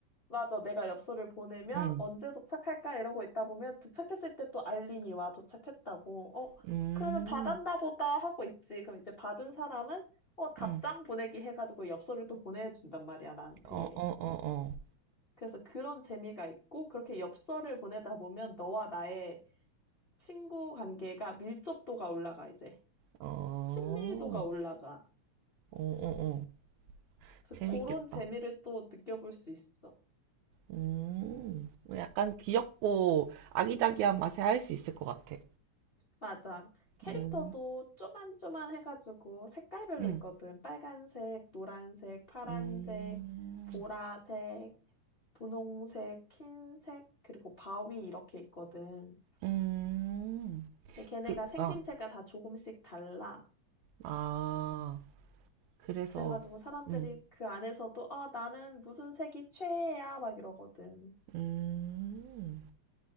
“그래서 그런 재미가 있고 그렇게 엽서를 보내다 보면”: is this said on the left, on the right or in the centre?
Left